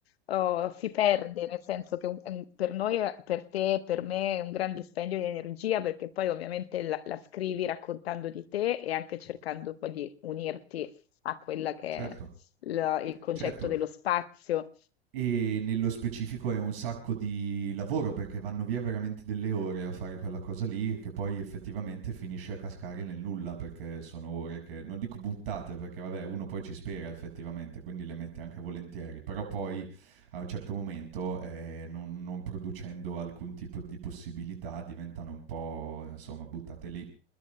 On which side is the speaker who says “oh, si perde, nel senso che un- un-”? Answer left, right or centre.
Left